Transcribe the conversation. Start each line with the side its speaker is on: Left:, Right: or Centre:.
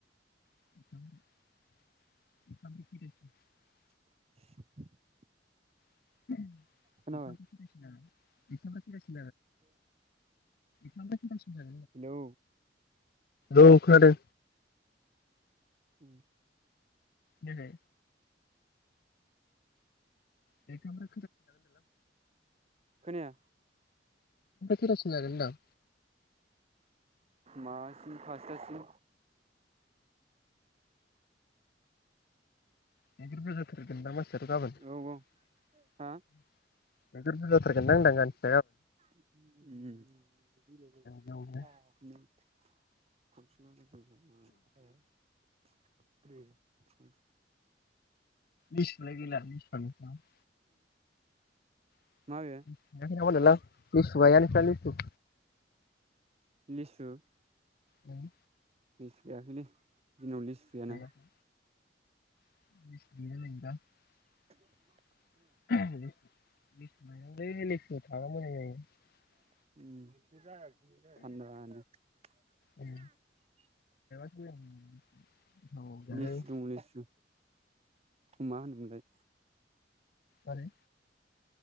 Left: <inaudible>
Right: <inaudible>
Left: <inaudible> <unintelligible>
Right: खोनाबाय
Left: एफा लासै लासै खोनादों <inaudible>
Right: हेलौ
Left: औ खोनादों
Right: उ
Left: जेरै बेखौबो जों <unintelligible> ओंखामखौ
Right: खोनाया
Left: खैथासोआव जागोन होनदों आं
Right: मासि फासथासिम
Left: <unintelligible> गाबोन
Right: औ
Left: बेदरथ'
Right: हा
Left: जाथारगोनदां
Right: उम। <unintelligible>
Left: गाबोन
Right: <unintelligible> ओम।
Left: बिसि लायो बे नानि बेसेनानोथ' <unintelligible>
Right: माबे
Left: लां लिसु गाया नोंसा लिसु?
Right: लिसु
Left: उम।
Right: लिसु जायाखै लैय जोंनाव लिसु गैया
Left: गायाखै।
Right: ना।
Left: <unintelligible>
Right: <unintelligible>
Left: <unintelligible> <unintelligible>
Right: उम बे जाया
Left: उम
Right: <unintelligible>
Left: <unintelligible> गोथाव जाजायो
Right: लिसु दं लिसु मा होनोमोनलाय?
Left: आरे